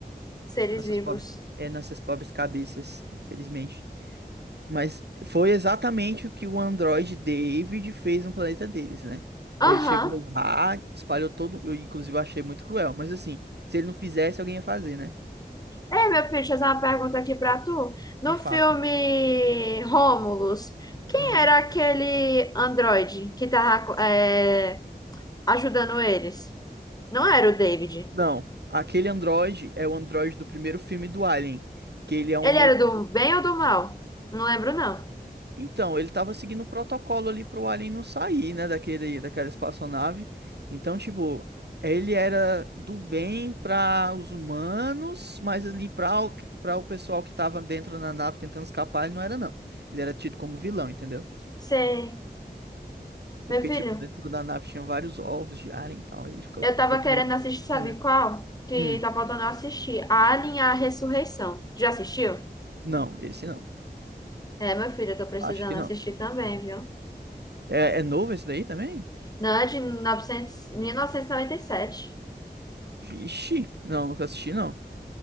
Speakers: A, on the left (about 25°); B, on the right (about 85°).
A: seres
B: Nossas
A: vivos.
B: pobres, é, nossas pobres cabeças, infelizmente. Mas foi exatamente o que o androide David fez no planeta deles, né?
A: Aham.
B: Ele chegou lá, espalhou todo, eu inclusive achei muito cruel, mas assim, se ele não fizesse, alguém ia fazer, né?
A: é, meu filho, deixa eu fazer uma pergunta aqui pra tu. No
B: Me faça.
A: filme Rômulus, quem
B: Uhum.
A: era aquele androide que tava é, ajudando eles? Não era o David.
B: Não, aquele Android é o Android do primeiro filme do Alien, que ele é um
A: Ele
B: modelo.
A: era do bem ou do mal? Não lembro, não.
B: Então, ele tava seguindo o protocolo ali pro Alien não sair, né, daquele, daquela espaçonave. Então, tipo, ele era do bem para os humanos, mas ali para o, para o pessoal que tava dentro da nave tentando escapar, ele não era, não. Ele era tido como vilão, entendeu?
A: Sei.
B: Porque,
A: Meu filho,
B: tipo, dentro da nave tinha vários ovos de Alien e tal, e ele ficou,
A: eu tava
B: ficou com
A: querendo
B: medo de
A: assistir, sabe
B: falhar.
A: qual? Que
B: Hum,
A: tá faltando eu assistir. Alien, e a Ressurreição. Já assistiu?
B: não, esse não.
A: É, meu filho, eu tô precisando
B: Acho que
A: assistir
B: não.
A: também, viu?
B: É, é novo esse daí também?
A: Não, é de 900, 1997.
B: Ixi, não, nunca assisti, não.